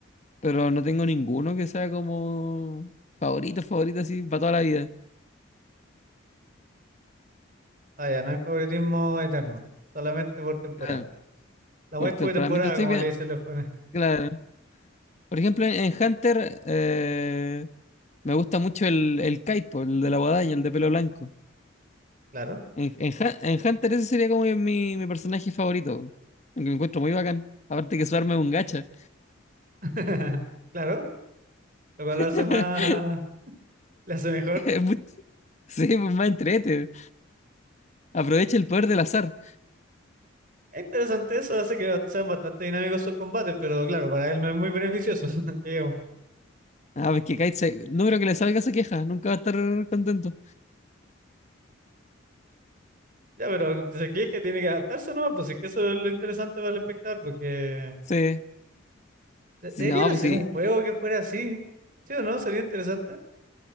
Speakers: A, on the left (about 35°); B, on the right (about 40°).
A: Pero no tengo ninguno que sea como favorito, favorito así para toda la vida.
B: Ah, ya, no hay favoritismo eterno, solamente por temporada.
A: Claro,
B: La
A: por
B: waifu
A: temperamento
B: de temporada,
A: estoy
B: como
A: bien.
B: le dicen los jóvenes.
A: Claro. Por ejemplo, en Hunter eh, me gusta mucho el, el Kite, po, el de la guadaña, el de pelo blanco.
B: Claro,
A: En, en Hu- en Hunter ese sería como mi, mi personaje favorito. Aunque lo encuentro muy bacán. Aparte que su arma es un gacha.
B: <laughs> claro, lo cual lo
A: <laughs>
B: hace más, le hace mejor.
A: Es muy- Sí, pues más entrete. Aprovecha el poder del azar.
B: Es interesante eso, hace que sean bastante dinámicos sus combates, pero claro, para él no es muy beneficioso. <laughs> que digamos.
A: Ah, pues que Kite, se- no creo que le salga esa queja, nunca va a estar contento.
B: Ya, pero si es que se que tiene que adaptarse nomás, pues si es que eso es lo interesante para el espectador, porque
A: Sí,
B: de-
A: sí,
B: deberían
A: no,
B: hacer
A: pues sí,
B: un juego que fuera así, ¿sí o no? Sería interesante.